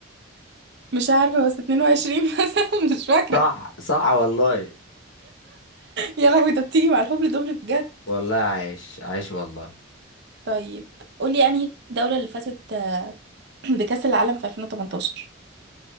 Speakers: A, on the right; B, on the left.
A: مش عارفه بس 22 <laughs> مثلا مش فاكره
B: صح صح والله
A: يا لهوي ده بتيجي مع الهبل دبل بجد
B: والله عايش عايش والله
A: طيب قولي انهي الدوله اللي فازت <clears throat> بكاس العالم في 2018